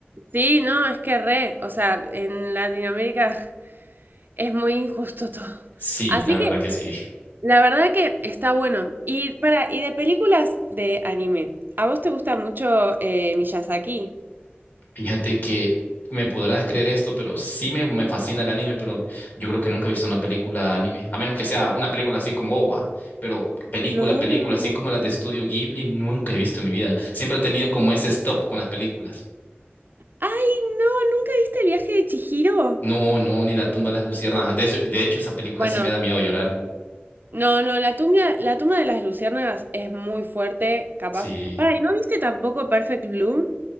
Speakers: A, on the right; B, on the left.
A: Sí, no, es que re, o sea, en Latinoamérica <laughs> Es muy injusto todo.
B: Sí,
A: Así
B: la verdad
A: que
B: que sí.
A: la verdad que está bueno. Y para, y de películas de anime, ¿a vos te gusta mucho eh, Miyazaki?
B: Fíjate que me podrás creer esto, pero sí me, me fascina el anime, pero yo creo que nunca he visto una película anime, a menos que sea una película así como OVA, pero película,
A: No,
B: película,
A: no.
B: así como las de Estudio Ghibli, nunca he visto en mi vida. Siempre he tenido como ese stop con las películas.
A: Ay, no, ¿nunca viste el viaje de Chihiro?
B: No, no, ni La tumba de las luciérnagas. De, eso- de hecho, esa película
A: Bueno,
B: sí me da miedo llorar.
A: no, no, la tumba, la tumba de las luciérnagas es muy fuerte, capaz.
B: Sí.
A: Para, ¿y no viste tampoco Perfect Blue?